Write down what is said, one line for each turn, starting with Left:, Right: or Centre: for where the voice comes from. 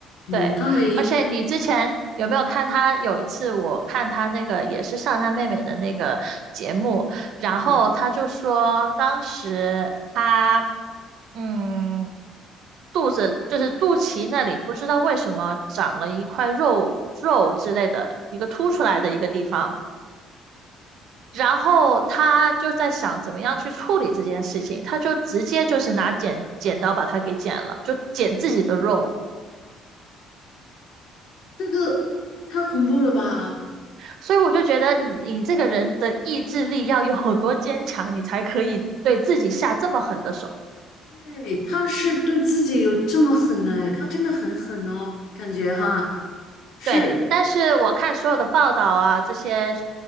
Left: 嗯，
Right: 对，
Left: 他很
Right: 而且你之前有没有看他？有一次我看他那个也是上他妹妹的那个节目，然后他就说当时他
Left: 嗯。
Right: 嗯肚子就是肚脐那里不知道为什么长了一块肉肉之类的一个凸出来的一个地方，然后他就在想怎么样去处理这件事情，他就直接就是拿剪剪刀把它给剪了，就剪自己的肉。
Left: 这个太恐怖了吧？
Right: 所以我就觉得你你这个人的意志力要有多坚强，你才可以对自己下这么狠的手。
Left: 对，他是对自己有这么狠哎，他真的很狠哦，感觉哈，是
Right: 对，但是我看所有的报道啊，这些